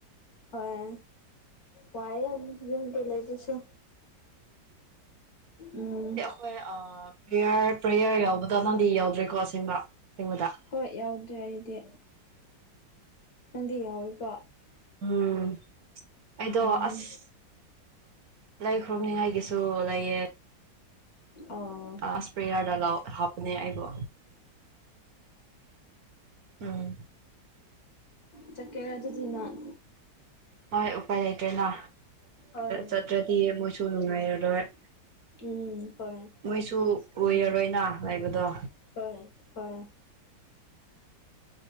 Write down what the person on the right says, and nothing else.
ꯍꯣꯏ ꯑꯥ ꯄ꯭ꯔꯦꯌꯔ ꯄ꯭ꯔꯦꯌꯔ ꯌꯥꯎꯕꯗꯣ ꯅꯪꯗꯤ ꯌꯥꯎꯗ꯭ꯔꯦꯀꯣ ꯑꯁꯦꯡꯕ ꯑꯁꯦꯡꯕꯗ
ꯎꯝ ꯑꯩꯗꯣ
ꯑꯁ ꯂꯩ ꯈ꯭ꯔꯨꯝꯅꯤꯡꯉꯥꯏꯒꯤꯁꯨ ꯂꯩꯌꯦ
ꯏꯁꯄ꯭ꯔꯦꯌꯥꯔꯗ ꯂꯥꯎ ꯍꯥꯞꯄꯅꯦ ꯑꯩꯕꯨ ꯎꯝ
ꯍꯣꯏ ꯎꯄꯥꯏ ꯂꯩꯇ꯭ꯔꯦꯅ
ꯆꯠꯇ꯭ꯔꯗꯤ ꯃꯣꯏꯁꯨ ꯅꯨꯡꯉꯥꯏꯔꯔꯣꯏ
ꯃꯣꯏꯁꯨ
ꯀꯏꯔꯔꯣꯏꯅ ꯂꯩꯕꯗꯣ